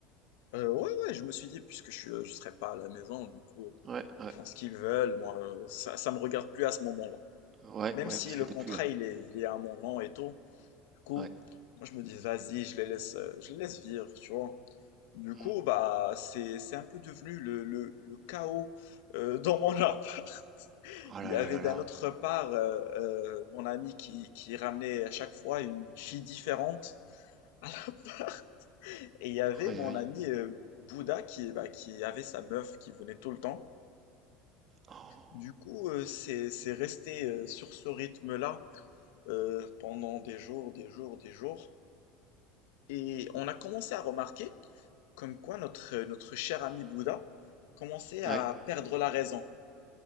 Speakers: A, on the left; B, on the right.
A: euh, ouais, ouais, je me suis dit, puisque je ne serai pas à la maison, du coup,
B: Ouais, ouais,
A: ils font ce qu'ils veulent, moi, euh, ça, ça me regarde plus à ce moment-là.
B: ouais,
A: Même
B: ouais,
A: si
B: parce
A: le
B: que t'es
A: contrat,
B: plus là.
A: il est, il est à mon nom et tout. Du coup,
B: Ouais.
A: moi je me dis, vas-y, je les laisse, euh, je les laisse vivre, tu vois. Du
B: Mhm.
A: coup, bah, c'est, c'est un peu devenu le, le- le chaos euh, dans mon appart. <laughs>
B: Oh
A: Il
B: là
A: y avait
B: là là
A: d'un
B: là.
A: autre part euh, euh, mon ami qui, qui ramenait à chaque fois une fille différente à l'appart. <laughs> Et il y avait
B: Aïe
A: mon
B: aïe.
A: ami euh, Bouddha qui, bah, qui avait sa meuf qui venait tout le temps.
B: Oh.
A: Du coup, euh, c'est, c'est resté euh, sur ce rythme-là euh, pendant des jours, des jours, des jours. Et on a commencé à remarquer comme quoi notre, notre cher ami Bouddha commençait à
B: Ouais.
A: perdre la raison.